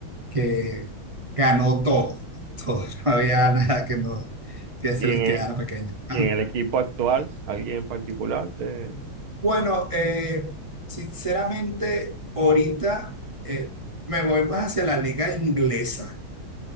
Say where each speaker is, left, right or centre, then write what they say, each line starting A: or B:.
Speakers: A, on the right; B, on the right.
A: que ganó todo, <laughs> todo. No había nada que, no, que se
B: Y
A: les
B: en
A: quedara
B: el,
A: pequeño. Ajá.
B: y en el equipo actual, alguien en particular, te-
A: Bueno, eh, sinceramente, ahorita eh, me voy más hacia la liga inglesa,